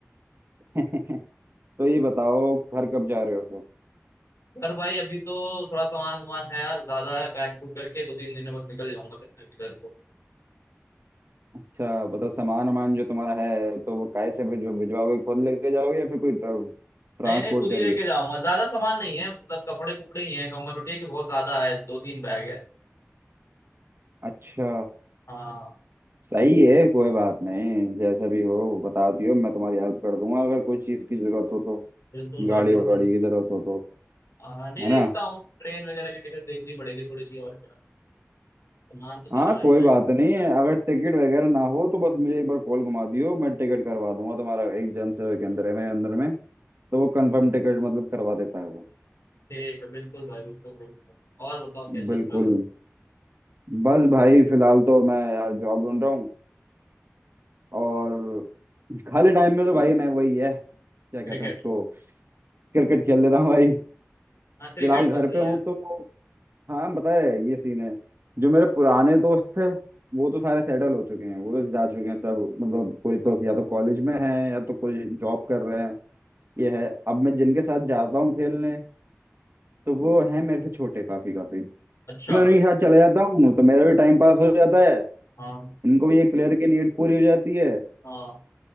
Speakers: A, on the right; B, on the left.
A: <laughs> तो ये बताओ घर कब जा रहे हो फिर
B: पर भाई अभी तो थोड़ा सामान वामान है यार ज्यादा है पैक बुक करके दो तीन दिन में बस निकल जाऊंगा फिर मैं भी घर को
A: अच्छा बताओ सामान वामान जो तुम्हारा है तो वो काय से भिजवा भिजवाओगे खुद लेके जाओगे या फिर कोई ट्रांसपोर्ट
B: नहीं नहीं खुद
A: करिए
B: ही लेके जाऊंगा ज्यादा सामान नहीं है मतलब कपड़े कुपड़े ही हैं कंबल पट्टी के बहुत ज्यादा है दो तीन बैग है
A: अच्छा
B: हाँ
A: सही है कोई बात नहीं जैसा भी हो बता दियो मैं तुम्हारी हेल्प कर दूंगा अगर कोई चीज़ की जरूरत हो तो
B: बिल्कुल भाई
A: गाड़ी
B: बिल्कुल
A: वाड़ी की जरूरत हो तो
B: हाँ नहीं
A: है
B: देखता
A: ना
B: हूँ ट्रेन वगैरह की टिकट देखनी पड़ेगी थोड़ी सी और क्या सामान तो सारा
A: हाँ
B: आ ही
A: कोई
B: जाएगा
A: बात नहीं है अगर टिकट वगैरह ना हो तो बस मुझे एक बार कॉल घुमा दियो मैं टिकट करवा दूंगा तुम्हारा एक जन से के अंदर है मेरे अंदर में तो वो कंफर्म टिकट मतलब करवा देता है वो
B: ठीक है बिल्कुल भाई बिल्कुल बिल्कुल। और बताओ क्या चल
A: बिल्कुल
B: रहा है
A: बस भाई फिलहाल तो मैं यार जॉब ढूंढ रहा हूँ और खाली टाइम में तो भाई मैं वही है क्या
B: क्रिकेट
A: कहते हैं उसको क्रिकेट खेल लेता हूँ भाई
B: हाँ क्रिकेट
A: फिलहाल
B: तो
A: घर
B: सही
A: पे हूँ
B: है
A: तो हाँ बताए ये सीन है जो मेरे पुराने दोस्त थे वो तो सारे सेटल हो चुके हैं वो तो जा चुके हैं सब मतलब कोई तो या तो कॉलेज में है या तो कोई जॉब कर रहे हैं ये है अब मैं जिनके साथ जाता हूँ खेलने तो वो है मेरे से छोटे काफी काफी तो
B: अच्छा
A: मैं उन्हीं के साथ चला जाता हूँ तो मेरा भी टाइम पास हो जाता है
B: हाँ
A: उनको भी एक प्लेयर की नीड पूरी हो जाती है
B: हाँ